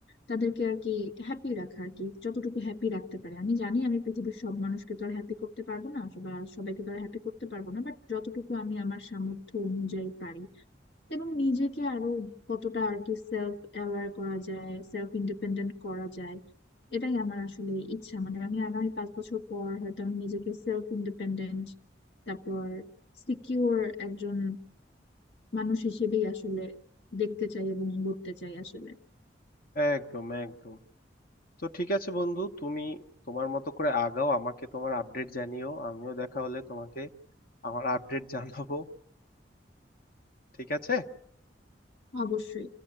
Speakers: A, on the left; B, on the left.
A: তাদেরকে আর কি হ্যাপি রাখা আর কি যতটুকু হ্যাপি রাখতে পারে আমি জানি আমি পৃথিবীর সব মানুষকে তো আর হ্যাপি করতে পারবো না বা সবাইকে তো আর হ্যাপি করতে পারবো না বাট যতটুকু আমি আমার সামর্থ্য অনুযায়ী পারি এবং নিজেকে আরো কতটা আর কি সেলফ অ্যাওয়ার করা যায় সেলফ ইন্ডিপেন্ডেন্ট করা যায় এটাই আমার আসলে ইচ্ছা মানে আমি আগামী পাঁচ বছর পর হয়তো আমি নিজেকে সেলফ ইন্ডিপেন্ডেন্ট তারপর সিকিউর একজন মানুষ হিসেবেই আসলে দেখতে চাই এবং গড়তে চাই আসলে
B: একদম একদম তো ঠিক আছে বন্ধু তুমি তোমার মতো করে আগাও আমাকে তোমার আপডেট জানিও আমিও দেখা হলে তোমাকে আমার আপডেট <laughs> জানাবো ঠিক আছে
A: অবশ্যই